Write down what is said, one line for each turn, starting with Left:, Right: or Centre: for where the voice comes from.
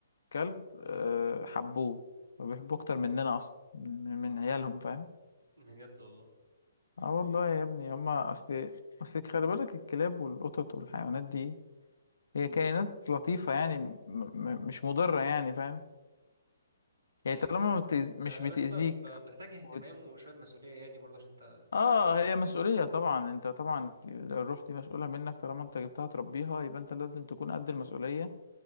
Left: كلب آه، حبوه وبيحبوه أكتر مننا أصلا من من عيالهم فاهم
Right: بجد والله
Left: اه والله يا ابني هما أصل أصل خلي بالك الكلاب والقطط والحيوانات دي هي كائنات لطيفة يعني م... م... مش مضرة يعني فاهم يعني
Right: ايوه
Left: طالما
Right: ف...
Left: ما بتأز...
Right: ما-
Left: مش بتأذيك
Right: بس ب- بتحتاج اهتمام
Left: وت...
Right: وشوية مسؤولية يعني برضه عشان انت تعيش
Left: اه هي مسؤولية طبعا انت طبعا الروح دي مسؤولة منك طالما انت جبتها تربيها يبقى انت لازم تكون قد المسؤولية